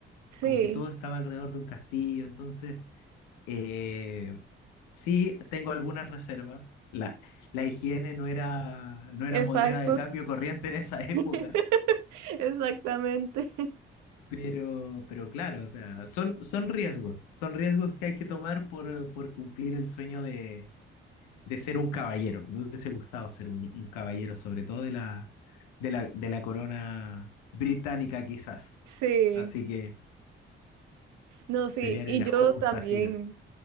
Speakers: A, on the right (about 70°); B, on the left (about 75°).
A: Sí,
B: como que todo estaba alrededor de un castillo. Entonces, eh, sí, tengo algunas reservas. La, la higiene no era, no
A: exacto.
B: era moneda de cambio corriente en esa <laughs> época.
A: <laughs> Exactamente.
B: Pero, pero claro, o sea, son, son riesgos, son riesgos que hay que tomar por, por cumplir el sueño de, de ser un caballero. Me hubiese gustado ser un, un caballero, sobre todo de la, de la, de la corona británica, quizás.
A: Sí.
B: Así que
A: No, sí.
B: pelear
A: Y
B: en las
A: yo
B: justas
A: también,
B: y eso.